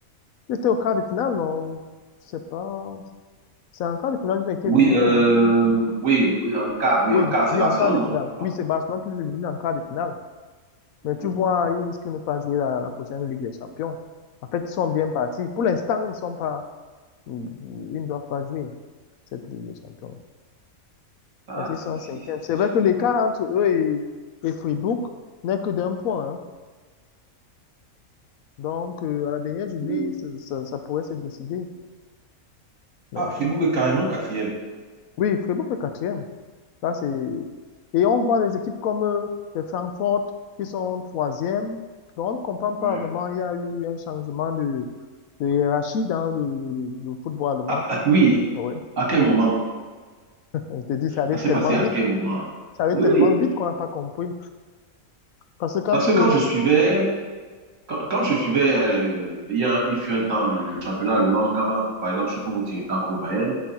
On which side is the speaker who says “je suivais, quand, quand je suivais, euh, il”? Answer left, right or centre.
Right